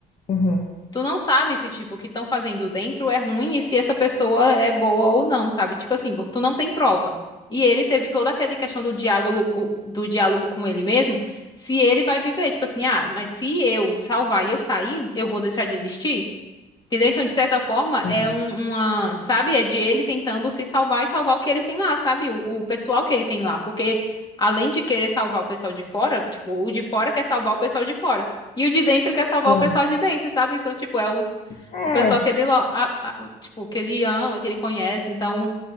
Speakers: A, on the left; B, on the left.
A: Uhum,
B: Tu não sabe se, tipo, o que estão fazendo dentro é ruim e se essa pessoa é boa ou não, sabe? Tipo assim, vo- tu não tem prova. E ele teve toda aquela questão do diálogo, do diálogo com ele mesmo, se ele vai viver, tipo assim, ah, mas se eu salvar e eu sair, eu vou deixar de existir? Entendeu? Então, de certa forma,
A: entendi.
B: é um- uma, sabe? É de ele tentando se salvar e salvar o que ele tem lá, sabe? O, o pessoal que ele tem lá. Porque, além de querer salvar o pessoal de fora, tipo, o de fora quer salvar o pessoal de fora. E o de dentro quer salvar
A: Sim.
B: o pessoal de dentro, sabe? Então, tipo, é os,
A: É.
B: o pessoal que ele, lo- a- a- tipo, que ele ama, que ele conhece. Então,